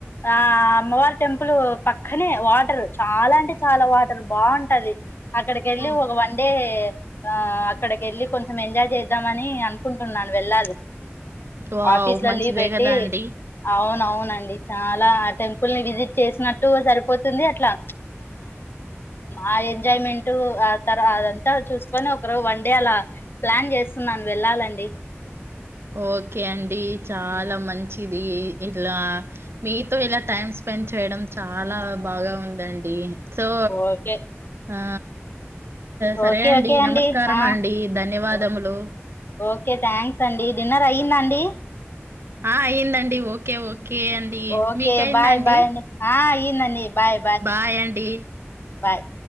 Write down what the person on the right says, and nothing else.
ఓహ్
వావ్!
మంచిదే
గదా అండి.
ఓకే అండి చాలా
మంచి ది ఇలా మీతో ఇలా టైమ్ స్పెండ్ చేయడం చాలా బాగా ఉందండి సో
ఆ సరే
అండి
నమస్కారం
అండి ధన్యవాదములు
ఆ అయ్యిందండి ఓకే ఓకే అండి
మీకయిందా
అండి
బాయ్ అండి